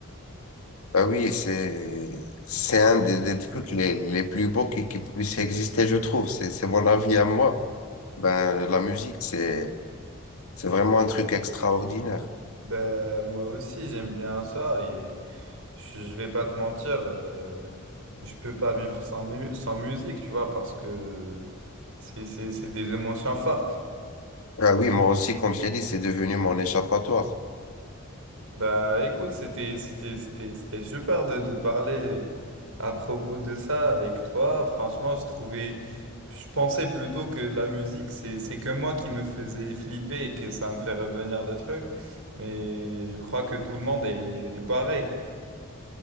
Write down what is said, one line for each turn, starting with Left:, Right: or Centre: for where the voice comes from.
Left: Ah oui, c'est, c'est un des, des trucs les, les plus beaux qui, qui puissent exister, je trouve. C'est, c'est mon avis à moi. Ben, la musique, c'est, c'est vraiment un truc extraordinaire.
Right: Ben, moi aussi, j'aime bien ça et je je vais pas te mentir, euh, je peux pas vivre sans, mu- sans musique, tu vois, parce que c'est c'est- c'est des émotions fortes.
Left: Ah oui, moi aussi, comme je l'ai dit, c'est devenu mon échappatoire.
Right: Bah écoute, c'était c'était- c'était- c'était super de, de parler à propos de ça avec toi. Franchement, je trouvais, je pensais plutôt que la musique, c'est c'est que moi qui me faisais flipper et que ça me fait revenir des trucs, mais je crois que tout le monde est est pareil.